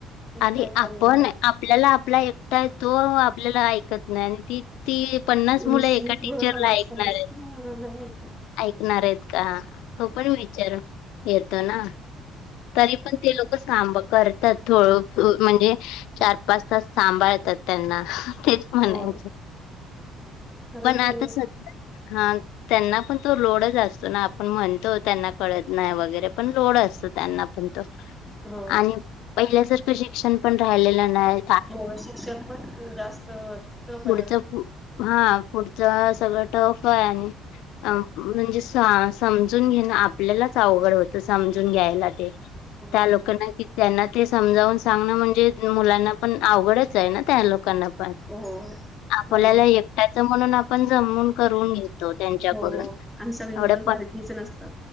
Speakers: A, in the centre; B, on the left.
A: ते
B: आणि
A: काय करणार
B: आपण
A: आहेत.
B: आपल्याला आपला एकटा आहे तो आपल्याला ऐकत नाही आणि ती ती पन्नास
A: वीस
B: मुलं एका
A: वीस
B: टीचरला
A: ब पन्नास
B: ऐकणार
A: पन्नास
B: आहेत.
A: नाही ऐकत.
B: ऐकणार आहेत का तो पण विचार येतो ना. तरी पण ते लोक काम करतात थोड म्हणजे! चार पाच तास सांभाळतात त्यांना. तेच म्हणायचं
A: होय खरंच
B: पण आता
A: नाही
B: सध्या हा त्यांना पण तो लोडच असतो ना आपण म्हणतो त्यांना कळत नाही वगैरे पण लोड असतो. त्यांना पण तो,
A: हो
B: आणि पहिल्यासारखं शिक्षण पण राहिलेलं नाय.
A: हो शिक्षण पण जास्त टफ
B: पुढचं
A: आहे.
B: हा पुढचं सगळं टफ आहे आणि अ म्हणजे समजून घेणं आपल्यालाच अवघड होतं समजून घ्यायला.
A: हो
B: त्या लोकांना त्यांना ते समजावून सांगण म्हणजे मुलांना पण आवडच आहे ना त्या लोकांना पण.
A: हो!
B: आपल्याला
A: समज
B: एकट्याचं म्हणून आपण जमून करून घेतो त्यांच्याकडून.
A: हो आणि सगळी
B: एवढ्या
A: मुलं
B: पण
A: सारखीच नसतात.